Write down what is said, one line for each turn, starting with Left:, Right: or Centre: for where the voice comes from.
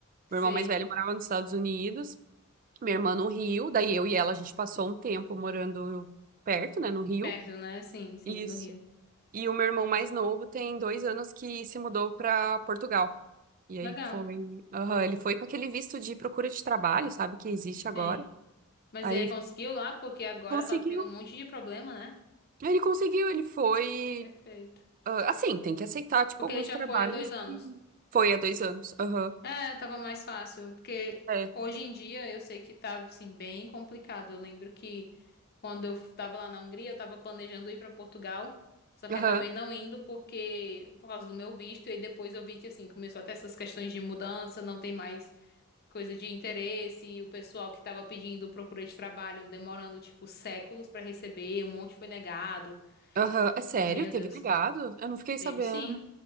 Left: Sei.
Right: Meu irmão mais velho morava nos Estados Unidos, minha irmã no Rio, daí eu e ela, a gente passou um tempo morando perto, né, no Rio.
Left: Perto, né? Sim, sim,
Right: Isso.
Left: no Rio.
Right: E o meu irmão mais novo tem dois anos que se mudou para Portugal. E aí
Left: Legal,
Right: foi. Aham, ele foi com aquele visto de procura de trabalho, sabe, que existe agora.
Left: sim. Mas
Right: Aí
Left: ele conseguiu lá porque agora
Right: conseguiu.
Left: tá tendo um monte de problema, né?
Right: Ele conseguiu, ele foi.
Left: Perfeito.
Right: ah, assim, tem que aceitar, tipo,
Left: Porque
Right: alguns
Left: ele já
Right: trabalhos.
Left: foi há dois anos.
Right: Foi há dois anos. Aham.
Left: É, tava mais fácil, porque
Right: É.
Left: hoje em dia eu sei que tava assim bem complicado. Eu lembro que quando eu f- tava lá na Hungria, eu tava planejando ir pra Portugal, só que
Right: Aham.
Left: acabei não indo porque por causa do meu visto, e aí depois eu vi que assim começou até essas questões de mudança, não tem mais coisa de interesse, e o pessoal que tava pedindo procura de trabalho demorando tipo séculos pra receber, um monte foi negado.
Right: Aham. É sério?
Left: Meu
Right: Teve
Left: Deus,
Right: negado? Eu não fiquei sabendo.
Left: teve sim.